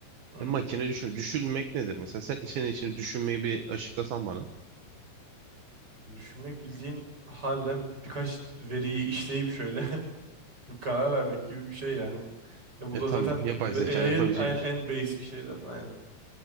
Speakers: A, on the right; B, on the right.
A: Hı hı.
B: E makine düşün. Düşünmek nedir? Mesela sen senin için düşünmeyi bir açıklasan bana.
A: Düşünmek bildiğin harbiden birkaç veriyi işleyip şöyle <laughs> bir karar vermek gibi bir şey yani. Ya bu
B: E
A: da
B: tamam.
A: zaten
B: Yapay
A: AI'ın
B: zekanın yapabileceği
A: en,
B: bir şey.
A: en basic şey zaten aynen.